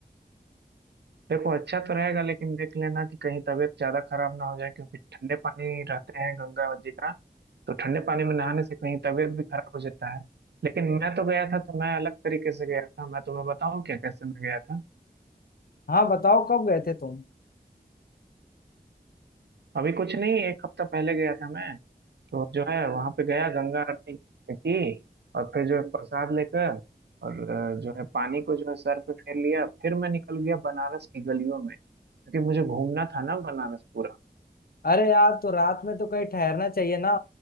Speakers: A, on the right; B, on the left.
A: देखो अच्छा तो रहेगा लेकिन देख लेना कि कहीं तबीयत ज्यादा खराब ना हो जाए क्योंकि ठंडे पानी रहते हैं गंगा जी का तो ठंडे पानी में नहाने से कहीं तबीयत भी खराब हो जाता है लेकिन मैं तो गया था तो मैं अलग तरीके से गया था मैं तुम्हें बताऊं क्या कैसे मैं गया था
B: हाँ बताओ कब गए थे तुम
A: अभी कुछ नहीं एक हफ्ता पहले गया था मैं तो जो है वहां पे गया गंगा आरती की और फिर जो है प्रसाद लेकर और अ, जो है पानी को जो है सर पे फेर लिया फिर मैं निकल गया बनारस की गलियों में क्योंकि मुझे घूमना था ना बनारस पूरा
B: अरे यार तो रात में तो कहीं ठहरना चाहिए ना